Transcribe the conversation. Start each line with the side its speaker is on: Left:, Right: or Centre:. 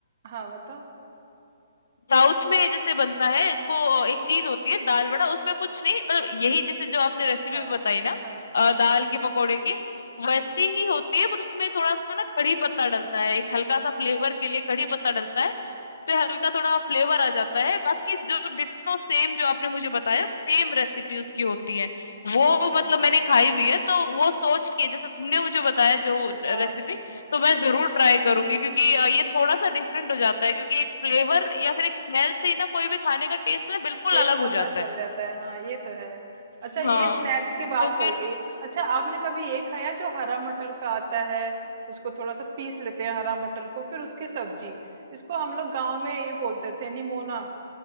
Right: हाँ, बताओ
Left: साउथ में जैसे बनता है इसको एक चीज होती है दाल बड़ा उसमें कुछ नहीं मतलब यही जैसे जो आपने रेसिपी
Right: हाँ
Left: बताई
Right: हाँ
Left: ना
Right: हाँ
Left: अ,
Right: हाँ
Left: दाल के पकौड़े की वैसी ही होती है पर उसमें थोड़ा सा ना कढ़ी पत्ता डलता है एक हल्का सा फ्लेवर के लिए कढ़ी पत्ता डलता है उससे हल्का थोड़ा फ्लेवर आ जाता है बाकी जो डिट्टो सेम जो आपने मुझे बताया सेम रेसिपी उसकी होती है वो
Right: अच्छा
Left: मतलब मैंने खाई हुई है तो वो सोच के जैसे तुमने मुझे बताया जो
Right: हाँ
Left: रेसिपी
Right: हाँ हाँ
Left: तो मैं जरूर ट्राई करूंगी क्योंकि अ, ये थोड़ा सा डिफरेंट हो जाता है क्योंकि एक फ्लेवर या फिर एक स्मेल से ही ना कोई भी खाने का टेस्ट ना बिल्कुल
Right: टेस्ट
Left: अलग हो
Right: पता
Left: जाता
Right: चल
Left: है
Right: जाता है हाँ ये तो है अच्छा ये
Left: हाँ
Right: स्नैक्स की बात
Left: तो फिर
Right: हो गई अच्छा आपने कभी ये खाया जो हरा मटर का आता है उसको थोड़ा सा पीस लेते हैं हरा मटर को फिर उसकी सब्जी इसको हम लोग गांव में ये बोलते थे निमोना